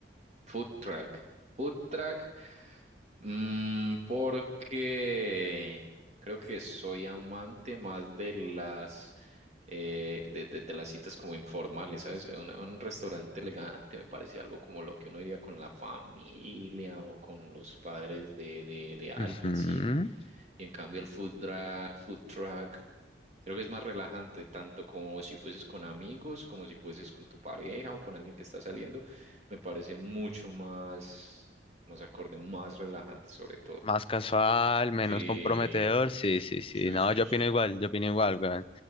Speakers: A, on the right; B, on the left.
A: food track. Food track. mm, porque creo que soy amante más de las eh, de, de- de las citas como informales, ¿sabes? Un, un restaurante elegante me parece algo como lo que uno iría con la familia o con los padres de, de, de alguien,
B: Ujú.
A: ¿sí? Y en cambio el food, dra- food truck creo que es más relajante, tanto como si fueses con amigos, como si fueses con tu pareja o con alguien que está saliendo, me parece mucho más, más acorde, más relajante sobre todo.
B: Más casual, menos
A: Sí,
B: comprometedor, sí, sí, sí.
A: sí,
B: No,
A: sí,
B: yo
A: sí.
B: opino igual, yo opino igual, weón.